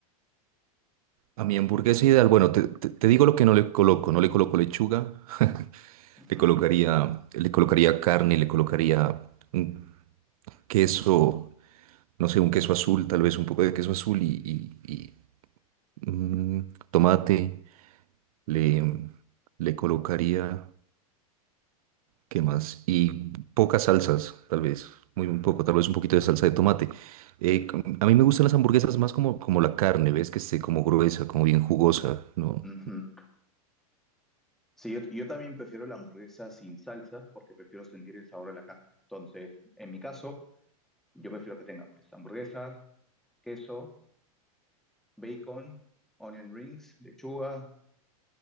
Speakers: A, on the right (about 70°); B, in the centre.
A: A mi hamburguesa ideal, bueno, te, te- te digo lo que no le coloco. No le coloco lechuga.
B: Ujú,
A: Le colocaría, le colocaría carne, le colocaría un queso, no sé, un queso azul, tal vez un poco de queso azul y, y- y, mm, tomate. Le, le colocaría, ¿qué más? Y pocas salsas, tal vez, muy un poco, tal vez un poquito de salsa de tomate. Eh, com- a mí me gustan las hamburguesas más como, como la carne, ¿ves? Que esté como gruesa, como bien jugosa, ¿no?
B: ujú. Sí, yo, yo también prefiero la hamburguesa sin salsas porque prefiero sentir el sabor de la carne. Entonces, en mi caso, yo prefiero que tenga pues hamburguesa, queso, bacon, onion rings, lechuga,